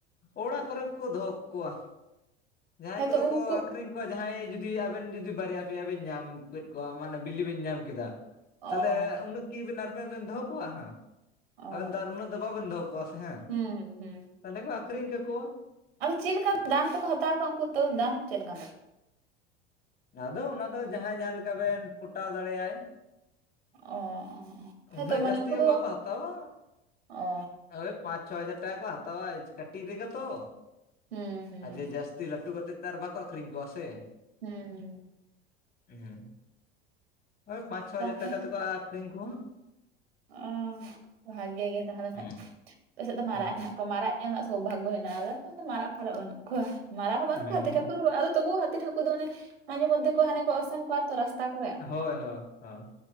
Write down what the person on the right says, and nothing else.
ᱦᱮᱸᱛᱚ
ᱩᱱᱠᱩ
ᱚ
ᱚ
ᱦᱩᱸ ᱦᱩᱸ
ᱟᱫᱚ ᱪᱮᱫ ᱞᱮᱠᱟ ᱫᱟᱢ ᱛᱮᱠᱚ ᱦᱟᱛᱟᱣ ᱠᱚᱣᱟ ᱩᱱᱠᱩ ᱛᱟᱹᱣ ᱫᱟᱢ ᱪᱮᱫ ᱞᱮᱠᱟ ᱛᱟᱠᱚᱣᱟ?
ᱚ ᱦᱮᱸᱛᱚ
ᱢᱟᱱᱮ
ᱩᱱᱠᱩ
ᱫᱚ
ᱚ
ᱦᱩᱸ ᱦᱩᱸ
<inaudible>
ᱛᱟᱦᱚᱞᱮ
ᱚ ᱵᱷᱟᱜᱮ ᱜᱮ ᱛᱟᱦᱚᱞᱮ
ᱠᱷᱟᱡ ᱟᱯᱮ ᱥᱮᱫ ᱫᱚ ᱢᱟᱨᱟᱜ
ᱦᱮᱱᱟᱜ ᱠᱚᱣᱟ ᱢᱟᱨᱟᱜ ᱧᱮᱞᱱᱟᱜ ᱵᱷᱟᱜᱽᱚ ᱦᱮᱱᱟᱜ-ᱟ ᱟᱞᱮᱥᱮᱫ ᱫᱚ ᱢᱟᱨᱟᱜ ᱯᱷᱟᱨᱟᱜ ᱵᱟᱹᱱᱩᱜ ᱠᱚᱣᱟ ᱢᱟᱨᱟᱜ ᱦᱚᱸ ᱵᱟᱹᱱᱩᱜ
ᱠᱚᱣᱟ ᱦᱟᱹᱛᱤ ᱴᱟᱹᱠᱩᱨ ᱦᱚᱸ ᱟᱫᱚ ᱛᱚᱵᱩ ᱦᱟᱹᱛᱤ ᱴᱷᱟᱹᱠ ᱩᱱᱠᱩ ᱫᱚ ᱚᱱᱮ ᱢᱟᱡᱷᱮ ᱢᱟᱡᱷᱮ ᱢᱚᱫᱽᱫᱷᱮ ᱠᱚ ᱦᱟᱱᱮ ᱠᱚ ᱚᱥᱮᱱ ᱠᱚᱣᱟ ᱛᱚ ᱨᱟᱥᱛᱟ ᱠᱚᱨᱮᱜ᱾